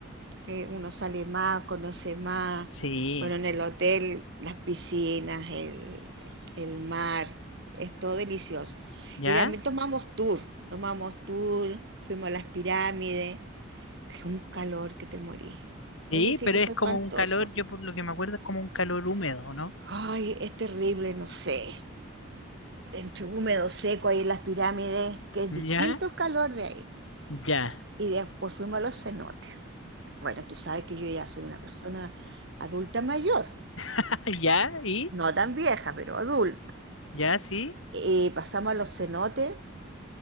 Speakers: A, on the right; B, on the left.
A: Que uno sale más, conoce más.
B: Sí,
A: Bueno, en el hotel, las piscinas, el, el mar, es todo delicioso.
B: ¿ya?
A: Y también tomamos tour, tomamos tour, fuimos a las pirámides, que un calor que te morís.
B: Sí,
A: Ese sí
B: pero
A: que
B: es
A: fue
B: como
A: espantoso.
B: un calor, yo por lo que me acuerdo es como un calor húmedo, ¿no?
A: Ay, es terrible, no sé. entre húmedo, seco, ahí en las pirámides, que es
B: ¿Ya?
A: distinto el calor de ahí.
B: Ya.
A: Y después fuimos a los cenotes. Bueno, tú sabes que yo ya soy una persona adulta mayor,
B: <laughs> ¿Ya? ¿Y?
A: no tan vieja, pero adulta.
B: ¿Ya? ¿Sí?
A: Y pasamos a los cenotes